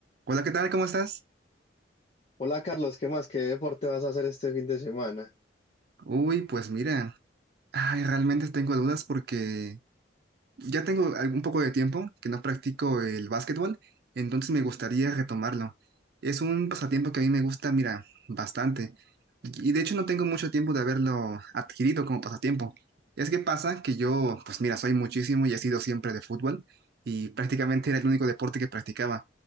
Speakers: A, on the right; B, on the left.
A: Hola, ¿qué tal? ¿Cómo estás?
B: Hola Carlos, ¿qué más? ¿Qué deporte vas a hacer este fin de semana?
A: Uy, pues mira, ay, realmente tengo dudas porque ya tengo algún poco de tiempo que no practico el básquetbol, entonces me gustaría retomarlo. Es un pasatiempo que a mí me gusta, mira, bastante. Y y de hecho no tengo mucho tiempo de haberlo adquirido como pasatiempo. Es que pasa que yo, pues mira, soy muchísimo y he sido siempre de fútbol y prácticamente era el único deporte que practicaba.